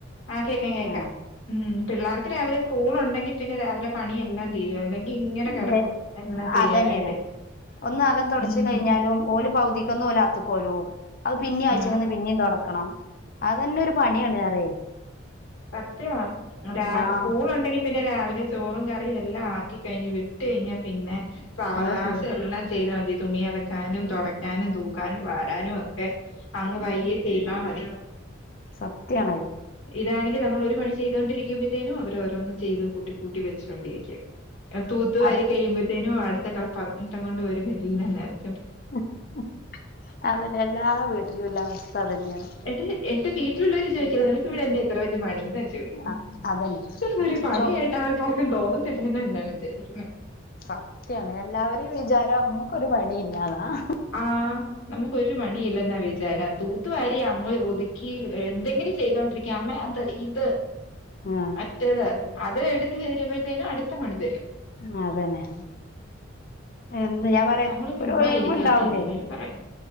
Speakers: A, on the left (about 75°); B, on the left (about 45°).
A: ആഹ് കേക്കാം ക്കേക്കാം
B: ആ
A: ഉം പിള്ളേർക്ക് രാവിലെ സ്കൂൾ ഉണ്ടെങ്കിൽ പിന്നെ രാവിലെ പണി എല്ലാം തീരും അല്ലെങ്കി ഇങ്ങനെ
B: ഏ
A: കിടക്കും എല്ലാം ചെയ്യാനായിട്ട്
B: അതന്നെയാണ് ഒന്ന് അകം തുടച്ച്
A: ഉം
B: കഴിഞ്ഞാലും ഓല് പൗതിക്കന്ന് ഓല് അകത്ത്ക്കോരും അത് പിന്നെയും അഴ്ച്ചങ്ന്ന്
A: ആ
B: പിന്നെയും തൊടക്കണം അതന്നെ ഒരു പണിയാണ് അറെ
A: സത്യവാം രാവ്
B: ആഹ്
A: സ്കൂള് ഉണ്ടെങ്കിൽ പിന്നെ രാവിലെ ചോറും കറിയും എല്ലാം ആ ക്കികഴിഞ്ഞ് വിട്ട് കെയിഞ്ഞാ പിന്നെ സാവകാശം
B: നമ്മള് ഫ്രീയാ
A: എല്ലാം ചെയ്താമതി തുണി അലക്കാനും തൊടക്കാനും തൂ ക്കാനും വാരാനും ഒക്കെ അങ്ങ് പയ്യെ ചെയ്താമതി
B: സത്യാണ് അത്
A: ഇതാണെങ്കി നമ്മൾ ഒരു പണി ചെയതുകൊണ്ടിരിക്കുമ്പഴ്ത്തേനും അവര്‌ ഓരോന്നും ചെയ്ത് കൂട്ടി കൂട്ടി വെച്ചാേണ്ടിരിക്കും അത് തൂത്തുവാരി
B: അത
A: കെയ്യുമ്പഴ്ത്തേനും അട്ത്ത കളെ പത് നെട്ടം കൊണ്ട് വെരും ഹിറ്റിൽനെ നേരം
B: ഉം ഉം അതന്നെ എല്ലാ വീട്ടിലുള്ള അവസ്ഥ അതന്നേണ്
A: എൻട്ട് എന്റെ വീട്ടിലുള്ളോര് ചോയിക്കുന്നത് നിനക്ക് ഇവടെ എന്നാ ഇത്ര വലിയ പണീന്നാചോയിക്ക്ന്നേ
B: ആഹ് അതന്നെ
A: ഇതാെന്നും ഒര്പണിയായിട്ട്
B: ചോ
A: ആർക്കാർക്കും തോന്നത്തില്ലേന്നാ ഞാൻ വിചാരിക്ക്ന്നേ
B: സത്യാണ് എല്ലാവെരിം വിചാരം ഇമ്മുക്കൊരു പണിയില്ലാന്നാ അഹ്
A: ആഹ് നമുക്കൊരു പണിയില്ലെന്നാ വിചാരം തൂത്തുവാരി അങ്ങ് ഒതുക്കി എന്തെങ്കിലും ചെയ്തോണ്ടിരി ക്യാമ്മളാപ്പ ഇത്
B: ആഹ്
A: മറ്റേത് അത് ഇട്ത്ത് തീരുമ്പഴ്ത്തേനും അട്ത്ത പണി തെരും
B: ആഹ് അതന്നെ എന്ത് ഞാ പറയാ
A: നമ്മള് ചുമ്മാ
B: ഒരു ഒയ്
A: ഇരിക്കുവാന്ന
B: വ് ഇണ്ടാവുലേ
A: എല്ലാരും പറയുന്നെ